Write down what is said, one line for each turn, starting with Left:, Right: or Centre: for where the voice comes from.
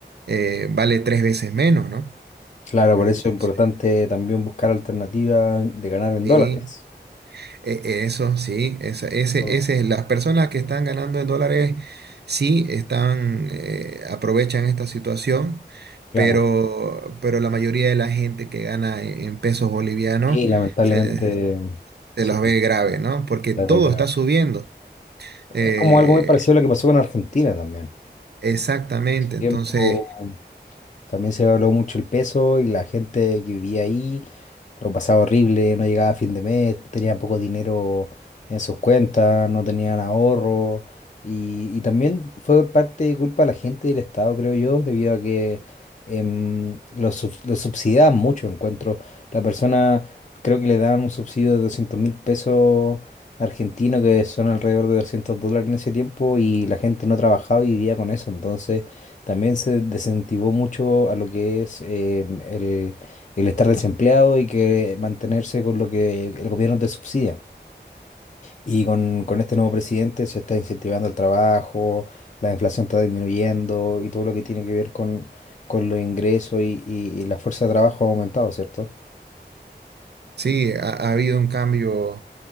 Right: eh, vale tres veces menos, ¿no?
Left: Claro, por
Right: Entonces,
Left: eso es importante también buscar alternativas de ganar en
Right: sí.
Left: dólares.
Right: E- Eso sí, esa- ese,
Left: Lo-
Right: ese, las personas que están ganando en dólares sí están, eh, aprovechan esta situación,
Left: Claro,
Right: pero, pero la mayoría de la gente que gana en, en pesos bolivianos
Left: sí, lamentablemente,
Right: se,
Left: mm,
Right: se
Left: sí,
Right: los ve grave, ¿no? Porque
Left: la
Right: todo
Left: verdad
Right: está
Left: grave.
Right: subiendo. Eh,
Left: Es como algo muy parecido a lo que pasó con Argentina también. En
Right: exactamente,
Left: su tiempo,
Right: entonces
Left: También se evaluó mucho el peso y la gente que vivía ahí lo pasaba horrible, no llegaba a fin de mes, tenía poco dinero en sus cuentas, no tenían ahorro. Y, y también fue parte de culpa de la gente del Estado, creo yo, debido a que em, lo, sub- lo subsidiaban mucho, encuentro. La persona, creo que le daban un subsidio de doscientos mil pesos argentinos, que son alrededor de 200 dólares en ese tiempo, y la gente no trabajaba y vivía con eso. Entonces también se desincentivó mucho a lo que es em, el, el estar desempleado y que mantenerse con lo que el gobierno te subsidia. Y con, con este nuevo presidente se está incentivando el trabajo, la inflación está disminuyendo y todo lo que tiene que ver con, con los ingresos y, y- y la fuerza de trabajo ha aumentado, ¿cierto?
Right: Sí, ha, ha habido un cambio. O